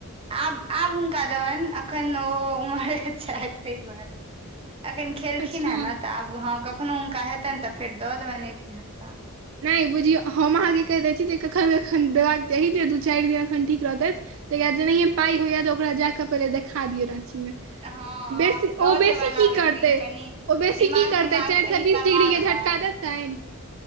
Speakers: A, on the right (about 25°); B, on the right (about 60°).
A: आब-आब हुनका देबैन, अखन ओ उम्हरे छैथ तय दुआरे। एखन खेलखिन
B: अच्छा
A: हेँ न, तऽ आब हँ कखनो हुनका हेतैन तऽ फेर दऽ देबैन एक झटका।
B: नहि, बुझियौ हम अहाँकेँ कहि दै छी जे कखन एखन देबाक चाही जे दू चारि बेर एखन ठीक रहतै। तहिया जेनाहिये पाई होइया तऽ ओकरा जाकऽ पहिले देखा दियौ राॅंची में।
A: हँ
B: बेसी
A: लऽ
B: ओ
A: जेबनि
B: बेसी
A: आब
B: की
A: एक
B: करतै?
A: दिन कनि
B: ओ बेसी
A: दिमाग
B: की करतै?
A: तिमाग
B: चाईर
A: सही
B: सैऽ बीस
A: करबा
B: डिग्री के
A: देबनि
B: झटका देतैन।